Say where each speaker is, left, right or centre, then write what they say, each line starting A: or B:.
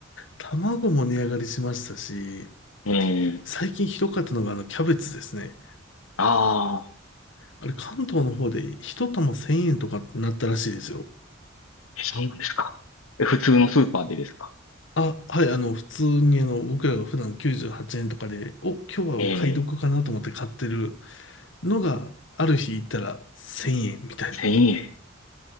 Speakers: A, on the left; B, on the left.
A: 卵も値上がりしましたし、
B: えー、
A: 最近ひどかったのがあのキャベツですね。
B: あー、
A: あれ関東の方で一玉1000円とかなったらしいですよ。
B: え、そうなんですか。え、普通のスーパーでですか。
A: あ、はい、あの、普通にあの、僕らが普段98円とかで、お、今日はお買い得かなと思って買ってる
B: ええ、
A: のが、ある日行ったら1000円みたいな。
B: 1000円。